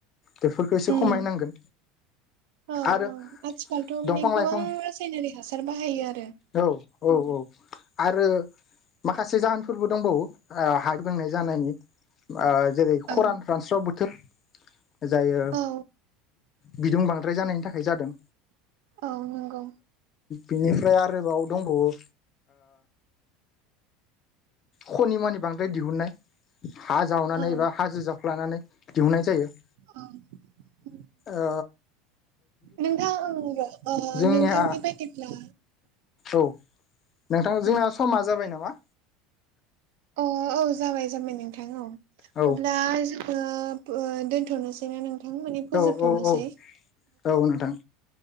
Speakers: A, on the left (about 30°); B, on the right (about 70°).
A: बेफोरखो एसे
B: उम
A: खमायनांगोन
B: औ
A: आरो
B: औ आथिखालथ' माने
A: दंफां लाइफां
B: गोबां रासायनारि हासार बाहायो आरो
A: औ औ
B: उम
A: औ आरो माखासे जाहोनफोरबो दंबावो हा गेब्रेंनाय जानायनि ओ जेरै
B: औ
A: खरान रानस्राव बोथोर जायो
B: औ
A: बिदुं बांद्राय जानायनि थाखाय जादों।
B: औ नोंगौ
A: बिनिफ्राय आरोबाव दंबावो ओ खनिमानि बांद्राय दिहुननाय हा जावनानै
B: औ
A: एबा हाजो जावख्लानानै दिहुननाय जायो।
B: ओं <unintelligible>
A: ओ
B: नोंथां ओ
A: जोंनिया
B: नोंथांनि बायदिब्ला
A: औ नोंथां जोंना
B: औ
A: समा जाबाय नामा?
B: अ औ जाबाय जाबाय नोंथां औ
A: औ
B: अब्ला <unintelligible> <unintelligible> दोनथ'नोसै ना नोंथां माने फोजोबथ'नोसै?
A: औ औ औ औ नोंथां।